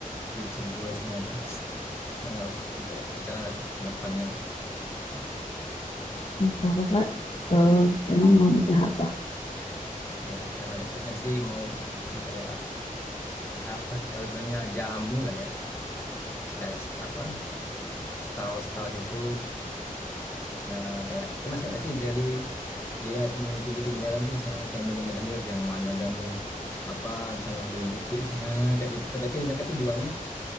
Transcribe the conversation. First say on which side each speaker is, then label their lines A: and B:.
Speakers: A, on the left (about 20°); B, on the left (about 45°).
A: future goals-nya itu, Mau- untuk rencana ke depannya.
B: "Hmm, kalau kakak eh, emang mau usaha apa?
A: Ya, sana deketnya sih mau bikin kayak apa sih kalau bilangnya jamu lah ya. Sta- st- apa? Style-style gitu. Ya kayak pernah sih nggak sih jadi lihat yang pinggir-pinggir jalan tuh misalnya jamu Nyonya Menir yang ada jamu apa di sana buyung upinya kayak gitu kan. Tapi mereka tuh jualnya